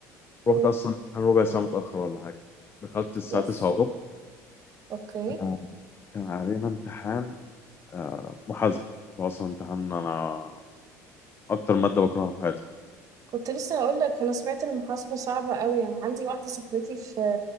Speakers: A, on the right; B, on the left.
A: مم.
B: رحت أصلا امتحان ربع ساعة متأخر ولا حاجة دخلت الساعة
A: اوف
B: 9 وربع
A: اوكي
B: آه كان علينا امتحان آه محاسبة هو أصلا امتحان أنا أكتر مادة بكرهها في حياتي
A: كنت لسه هقول لك انا سمعت المحاسبه صعبه قوي يعني عندي واحده صاحبتي في